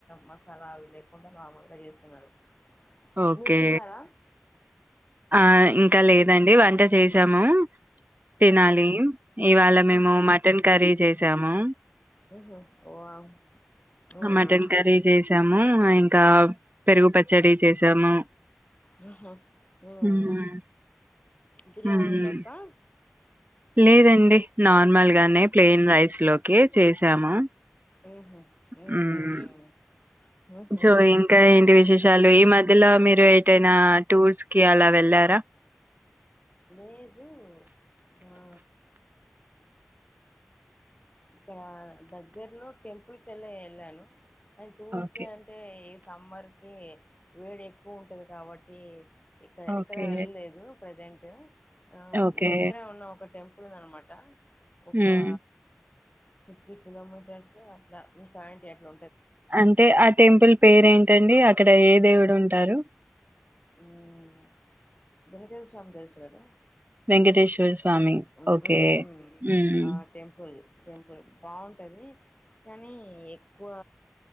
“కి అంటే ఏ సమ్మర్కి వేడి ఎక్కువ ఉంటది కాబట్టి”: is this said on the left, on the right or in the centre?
Left